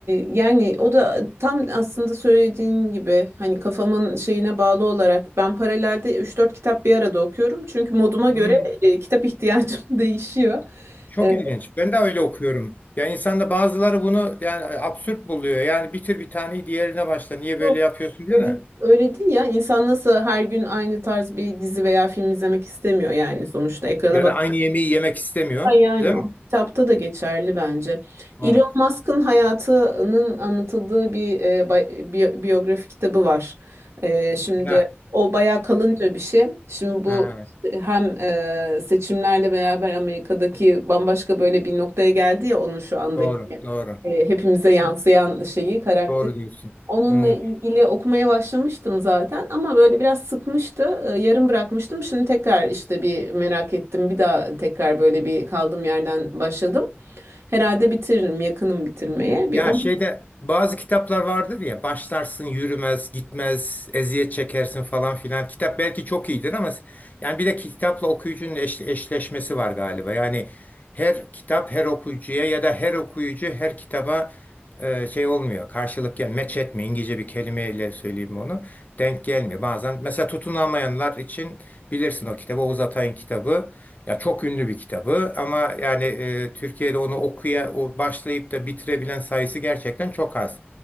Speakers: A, on the right; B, on the left.
A: yani o da tam aslında söylediğin gibi hani kafamın şeyine bağlı olarak ben paralelde üç dört kitap bir arada okuyorum. Çünkü moduma
B: Hmm,
A: göre e, kitap ihtiyacım <laughs> değişiyor.
B: çok
A: E,
B: ilginç. Ben de öyle okuyorum. Yani insanda bazıları bunu yani absürt buluyor. Yani bitir bir taneyi diğerine başla. Niye böyle
A: Yok.
B: yapıyorsun diyor
A: Öyle,
B: da.
A: öyle değil ya. İnsan nasıl her gün aynı tarz bir dizi veya film izlemek istemiyor yani sonuçta. Ekrana
B: Ya
A: bak.
B: da aynı yemeği yemek istemiyor.
A: Ha Yani
B: Değil
A: o
B: mi?
A: kitapta da geçerli bence.
B: Doğru.
A: Elon Musk'ın hayatının anlatıldığı bir e, bay- biyo- biyografi kitabı var. E, şimdi
B: Ya,
A: o bayağı kalınca bir şey. Şimdi bu
B: ha,
A: hem e, seçimlerle beraber Amerika'daki bambaşka böyle bir noktaya geldi ya onun şu andaki
B: doğru, doğru.
A: e, hepimize yansıyan şeyi, karakteri.
B: Doğru diyorsun.
A: Onunla
B: Hmm.
A: ilgili okumaya başlamıştım zaten ama böyle biraz sıkmıştı. Ee, Yarım bırakmıştım. Şimdi tekrar işte bir merak ettim. Bir daha tekrar böyle bir kaldığım yerden başladım. Herhalde bitiririm, yakınım bitirmeye.
B: Ya
A: Bir onu
B: şeyde bazı kitaplar vardır ya başlarsın yürümez gitmez eziyet çekersin falan filan. Kitap belki çok iyidir ama yani bir de kitapla okuyucunun eş- eşleşmesi var galiba. Yani her kitap her okuyucuya ya da her okuyucu her kitaba e, şey olmuyor. Karşılık ya match etmiyor. İngilizce bir kelimeyle söyleyeyim onu. Denk gelmiyor. Bazen mesela tutunamayanlar için bilirsin o kitabı Oğuz Atay'ın kitabı. Ya çok ünlü bir kitabı ama yani e, Türkiye'de onu okuya o başlayıp da bitirebilen sayısı gerçekten çok az.